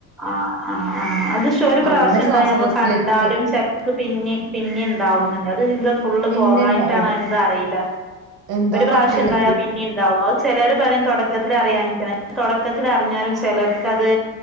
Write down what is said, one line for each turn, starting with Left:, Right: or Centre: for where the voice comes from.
Centre: ആ ആ ആഹ് അത് പക്ഷെ ഒരു പ്രാവശ്യം
Right: അങ്ങനെ
Centre: ഉണ്ടായി
Right: ശ്വാസകോശത്തിലേക്കൊക്കെ
Centre: നമ്മൾ കണ്ടാലും ചിലർക്ക് പിന്നെ പിന്നെ ഉണ്ടാകുന്നുണ്ട് അത് എന്ത ഫുള്ള്
Right: പിന്നെ
Centre: പോകാനട്ടാണോ
Right: ഉണ്ടാവും
Centre: എന്തും അറിയില്ല
Right: എന്താന്ന്
Centre: ഒരു പ്രാവശ്യം
Right: അറിയില്ല
Centre: ഉണ്ടായ പിന്നെ ഉണ്ടാവുമ അ ചിലർ പറയും തുടക്കത്തി അറിയാഞ്ഞാരിക്കുമെന്ന് തുടക്കത്തി അറിഞ്ഞാലും ചിലർക്കത്